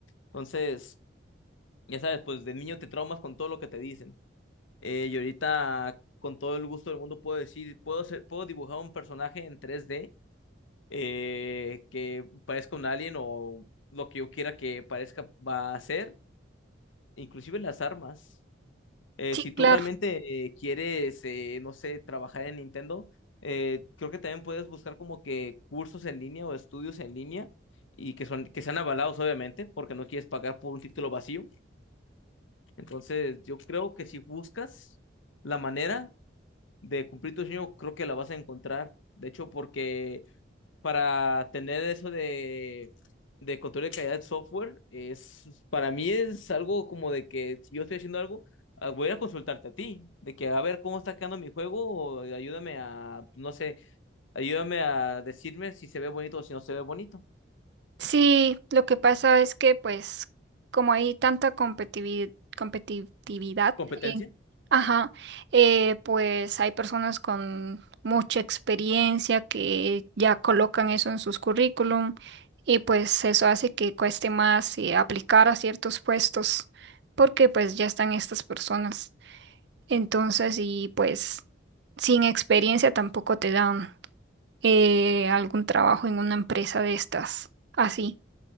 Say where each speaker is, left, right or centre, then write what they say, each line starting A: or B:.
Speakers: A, on the left; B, on the right.
A: Entonces, ya sabes, pues de niño te traumas con todo lo que te dicen. Eh, y ahorita con todo el gusto del mundo puedo decir, puedo ser, puedo dibujar un personaje en 3D eh, que parezca un alien o lo que yo quiera que parezca va a ser, inclusive las armas. Eh,
B: Sí,
A: si tú
B: claro.
A: realmente eh, quieres, eh, no sé, trabajar en Nintendo, eh, creo que también puedes buscar como que cursos en línea o estudios en línea y que son, que sean avalados, obviamente, porque no quieres pagar por un título vacío. Entonces, yo creo que si buscas la manera de cumplir tu sueño, creo que la vas a encontrar. De hecho, porque para tener eso de, de control de calidad de software, es, para mí es algo como de que si yo estoy haciendo algo, ah, voy a consultarte a ti, de que a ver cómo está quedando mi juego, o ayúdame a, no sé, ayúdame a decirme si se ve bonito o si no se ve bonito.
B: Sí, lo que pasa es que pues como hay tanta competivi- competitividad,
A: ¿Competencia?
B: en- ajá, eh, pues hay personas con mucha experiencia que ya colocan eso en sus currículum y pues eso hace que cueste más eh, aplicar a ciertos puestos porque pues ya están estas personas. Entonces, y pues sin experiencia tampoco te dan. eh, algún trabajo en una empresa de estas, así.